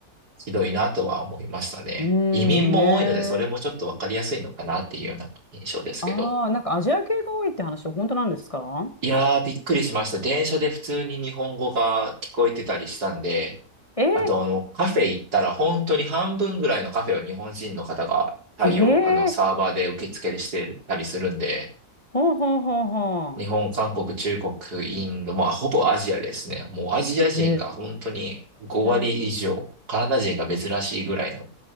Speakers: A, on the right; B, on the left.
A: ひどいなとは思いましたね。
B: うん、
A: 移民も多いので、
B: うんね。
A: それもちょっとわかりやすいのかなっていうような印象ですけど。
B: ああ、なんかアジア系が多いって話本当なんですか
A: いやー、びっくりしました。電車で普通に日本語が聞こえてたりしたんで、
B: え
A: あと、あの、カフェ行ったら本当に半分ぐらいのカフェを日本人の方が対応、
B: ー、え
A: あの、サーバーで受付してたりするんで、
B: ー、ほうほうほうほう。
A: 日本、韓国、中国、インド、まあ、ほぼアジアですね。もうアジア人が本当に5割以上、
B: へえ。
A: カナダ人が珍しいぐらいの、